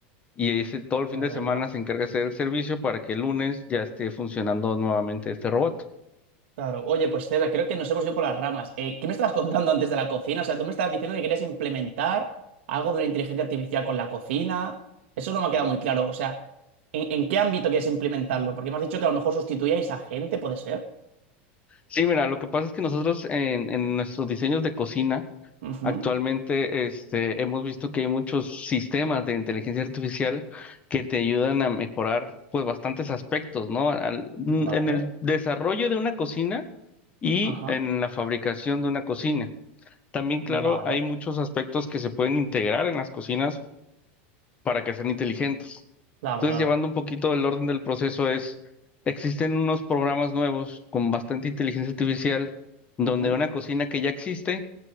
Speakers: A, on the left; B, on the right.
A: y ese, todo el fin
B: la
A: de
B: regla.
A: semana se encarga de hacer el servicio para que el lunes ya esté funcionando nuevamente este robot.
B: Claro, oye, pues César, creo que nos hemos ido por las ramas. Eh, ¿qué me estabas contando antes de la cocina? O sea, tú me estabas diciendo que querías implementar algo de la inteligencia artificial con la cocina. Eso no me ha quedado muy claro. O sea, ¿en, en qué ámbito quieres implementarlo? Porque me has dicho que a lo mejor sustituíais a gente, ¿puede ser?
A: Sí, mira, lo que pasa es que nosotros en en nuestros diseños de cocina,
B: Ujú,
A: Actualmente, este, hemos visto que hay muchos sistemas de inteligencia artificial que te ayudan a mejorar, pues, bastantes aspectos, ¿no? Al- mm,
B: Vale,
A: en el desarrollo de una cocina y
B: ajá,
A: en la fabricación de una cocina. También, claro,
B: vale,
A: hay muchos aspectos que se pueden integrar en las cocinas para que sean inteligentes.
B: claro,
A: Entonces,
B: claro.
A: llevando un poquito el orden del proceso es, existen unos programas nuevos con bastante inteligencia artificial donde
B: ujú,
A: una cocina que ya existe